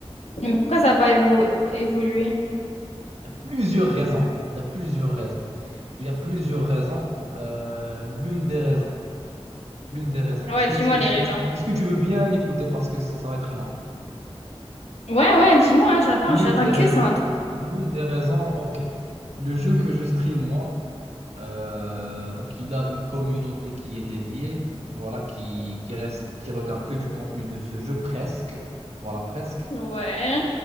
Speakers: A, on the left (about 80°); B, on the right (about 90°).
A: mais pourquoi ça n'a pas évo- évolué?
B: y a plusieurs raisons il y a plusieurs raisons il y a plusieurs raisons Euh, l'une des raisons L'une des raisons.
A: Ouais,
B: Est-ce que
A: dis-moi
B: tu,
A: les
B: est-ce,
A: raisons.
B: est-ce- est-ce que tu veux bien écouter parce que ça, ça va être lent?
A: Ouais, ouais, dis-moi, hein, j'attends,
B: L'une
A: j'attends
B: des
A: que
B: raisons,
A: ça en tout
B: l'une des raisons, ok. Le jeu que je stream, moi, euh, donc il a une communauté qui est dédiée, voilà, qui, qui reste, qui regarde que du contenu de ce jeu, presque. Voilà, presque.
A: cas. Ouais,